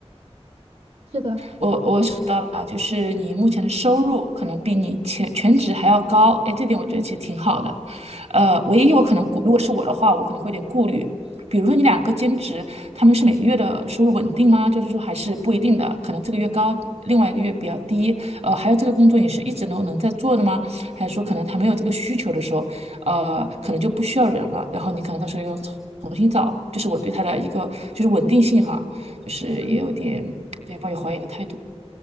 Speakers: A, on the right; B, on the right.
A: 是的，
B: 我我是知道吧，就是你目前的收入可能比你全全职还要高，
A: 嗯
B: 哎，这点我觉得其实挺好的。
A: 嗯。
B: 呃，唯一我可能顾，如果是我的话，我可能会有点顾虑，比如说你两个兼职，
A: 嗯
B: 他们是每个月的收入稳定吗？就是说还是不一定的，可能这个月高，另外一个月比较低。呃，还有这个工作你是一直能能在做的吗？还是说可能他没有这个需求的时候，呃，可能就不需要人了，然后你可能到时候又重新找，这是我对他的一个就是稳定性哈，就是也有点。
A: 嗯。
B: 对，抱有怀疑的态度。